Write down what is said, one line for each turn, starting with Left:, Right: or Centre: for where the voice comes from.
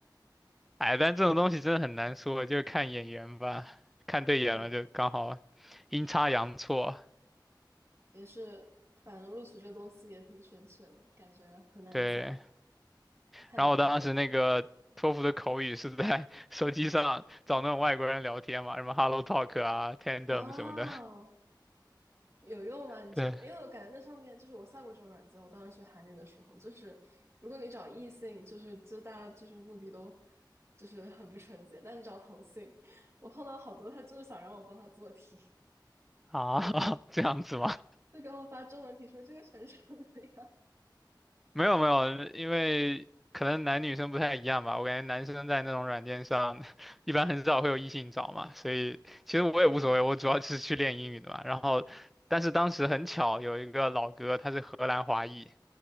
Centre: 哎，但这种东西真的很难说，就看眼缘吧，看对眼了就刚好
Right: 对，
Centre: 阴差阳错。
Right: 也是，反正录取这东西也挺玄学的，感觉很难讲，
Centre: 对，
Right: 太难说了。
Centre: 然后我当时那个托福的口语是在手机上找那种外国人聊天嘛，什么 Hello Talk 啊、Tandem
Right: 哦，
Centre: 什么的。
Right: 有用吗？你觉得？
Centre: 对，
Right: 因为我感觉那上面就是我下过这种软件，我当时学韩语的时候，就是如果你找异性，就是就大家就是目的都就是很不纯洁，但你找同性，我碰到好多他就是想让我帮他做题，
Centre: 啊，<laughs> 这样子吗？
Right: 就给我发中文题说这个选什么呀？
Centre: 没有没有，因为可能男女生不太一样吧。我感觉男生在那种软件上，<laughs> 一般很少会有异性找嘛，所以其实我也无所谓，
Right: 啊
Centre: 我主要就是去练英语的嘛。然后，但是当时很巧，有一个老哥他是荷兰华裔，